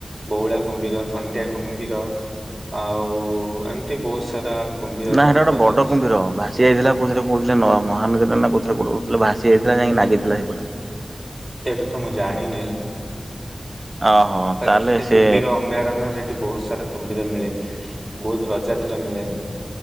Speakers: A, on the right; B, on the right.
A: ବଉଳା କୁମ୍ଭୀର ଥଣ୍ଟିଆ କୁମ୍ଭୀର ଆଉ ଏମିତି ବହୁତ୍ ସାରା କୁମ୍ଭୀରର
B: ନା ହେଇଟା
A: ପ୍ରଜାତି
B: ଗୋଟେ ବଡ କୁମ୍ଭିର ବା -- ସିଏ ହେଇଥିଲା କହୁଥିଲେ କହୁଥିଲେ ମହା ନଦୀ କଉଥିରେ କହୁଥିଲେ ଭାସି ଆଇଥିଲା
A: ହୁଁ
B: ଯାଇକି ନାଗିଥିଲା ସେପଟେ ରେ
A: ଏଇଟା ତ ମୁଁ ଜାଣିନି
B: ଓହୋ
A: ବାକି
B: ତାହେଲେ
A: ସେଟି
B: ସେ
A: କୁବିର -- ଅଭୟାରଣ୍ୟ ସେଠି ବହୁତ୍ ସାରା କୁମ୍ଭୀର ମିଳେ ବହୁତ୍ ପ୍ରଜାତିରେ ମିଳେ